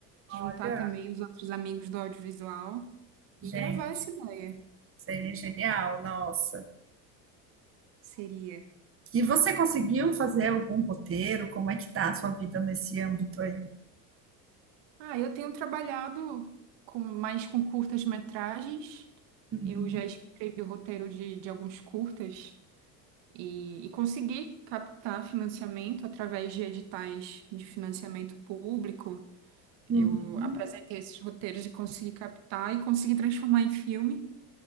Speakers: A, on the right; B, on the right.
A: Olha,
B: Juntar também os outros amigos do audiovisual
A: gente.
B: e gravar essa ideia.
A: Seria genial, nossa.
B: Seria.
A: E você conseguiu fazer algum roteiro? Como é que tá a sua vida nesse âmbito aí?
B: Ah, eu tenho trabalhado com mais com curtas-metragens.
A: Uhum.
B: Eu já escrevi o roteiro de, de alguns curtas e, e consegui captar financiamento através de editais de financiamento público.
A: Uhum.
B: Eu apresentei esses roteiros e consegui captar e consegui transformar em filme.